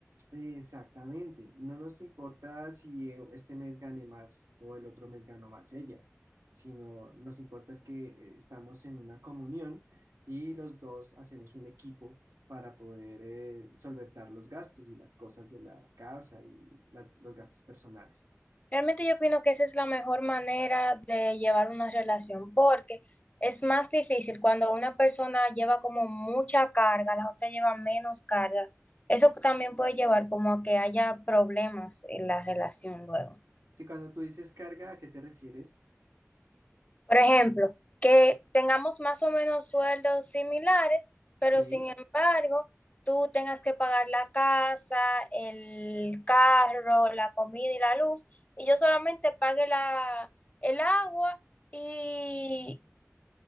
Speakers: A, on the right (about 80°); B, on the left (about 30°).
A: exactamente, no nos importa si eh, este mes gane más o el otro mes ganó más ella, sino nos importa es que eh, estamos en una comunión y los dos hacemos un equipo para poder eh, solventar los gastos y las cosas de la casa y las- los gastos personales.
B: Realmente yo opino que esa es la mejor manera de llevar una relación, porque es más difícil cuando una persona lleva como mucha carga, la otra lleva menos carga. Eso también puede llevar como a que haya problemas en la relación luego.
A: Sí, cuando tú dices carga, ¿a qué te refieres?
B: Por ejemplo, que tengamos más o menos sueldos similares, pero
A: Sí,
B: sin embargo, tú tengas que pagar la casa, el carro, la comida y la luz, y yo solamente pague la, el agua y,